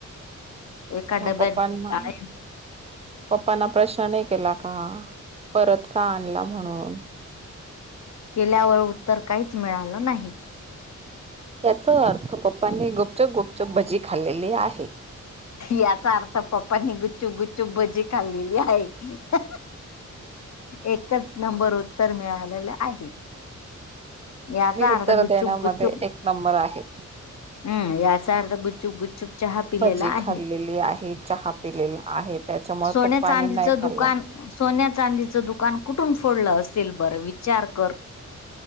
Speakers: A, on the left (about 60°); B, on the right (about 20°).
A: एका
B: म
A: डब्यात
B: पप्पा नां
A: डाळी
B: पप्पना प्रश्न नाही केला का परत का आणला म्हणून
A: केल्यावर उत्तर काहीच मिळालं नाही.
B: याचा अर्थ पप्पानी गुपचूप गुपचूप भजी खाल्लेली आहे
A: याचा अर्थ पप्पांनी गुपचूप गुपचूप भजी खाल्लेली आहे. हा हा हा. एकच नंबर उत्तर मिळालेलं आहे याचा‌
B: मी उत्तर
A: आर्थ गुपचूप
B: देण्यामध्ये
A: गुपचूप
B: एक नंबर आहे.
A: हम्म याचा अर्थ गुपचुप गुपचुप चहा पिलेला
B: भजी
A: आहे.
B: खाल्लेली आहे चहा पिलेला आहे त्याच्यामुळे
A: सोन्या
B: पप्पाणी
A: चांदीचं
B: नाही
A: दुकान
B: खाल्ला.
A: सोन्या चांदीचं दुकान कुठून फोडलं असेल बरं विचार कर?